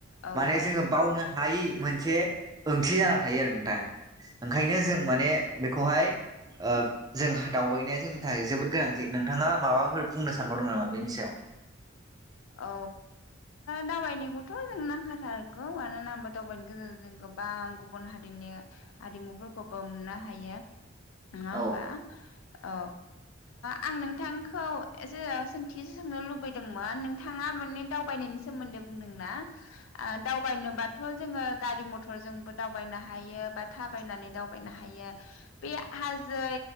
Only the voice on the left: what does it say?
औ
जायो
औ दावबायनायखौथ' जों नांखाथारगौ मानोना दावबायनायनि गेजेरजों जों गोबां गुबुन हारिनि आरिमुफोरखौबो मोननो हायो नङा होमबा
औ आं नोंथांखौ एसे सोंथि सोंनो लुबैदोंमोन नों थाङा माने दावबायनायनि सोमोन्दै बुंदोंना दावबायनोबाथ' जोङो गारि मथर जोंबो दावनो हायो बा थाबायनानै दावनो हायो बे हाजो